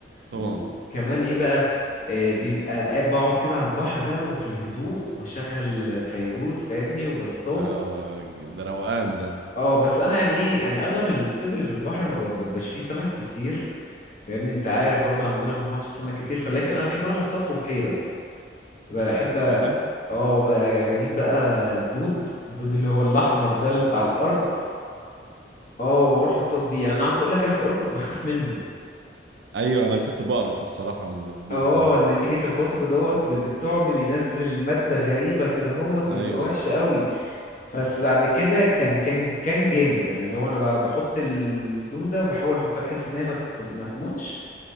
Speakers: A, on the right; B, on the left.
A: طبعا
B: وكمان ايه بقى آه، بيبقى قاعد- بقعد كده على البحر بقى وفي الهدوء وبشغل فيروز فاهمني وبصطاد
A: اه ده روقان ده
B: اه بس انا يعني ايه يعني اغلب الصيد اللي في البحر ما ب- بيبقاش فيه سمك كتير فاهمني انت عارف برضو عندنا في المحافظة سمك كتير فلكن انا بحب اروح اصطاد في بحيرة بحب
A: بحيرة
B: أ- اه ب- بجيب بقى الدود الدود اللي هو الاحمر ده اللي بتاع الارض اه واروح اصطاد بيه يعني انا عاوز اقول لك انا في الاول كنت بخاف منه
A: ايوه انا كنت بقرف الصراحه من الدود
B: اه
A: ده
B: ان تيجي تخبطه كده هوت بال- بالطعم بينزل مادة غريبة كده هوت ويبقى
A: ايوه
B: وحش قوي بس بعد كده كان كان كان جامد يعني اللي هو انا ب- بحط الدودة وبحاول احطها بحيث ان هي ما ت- ما تموتش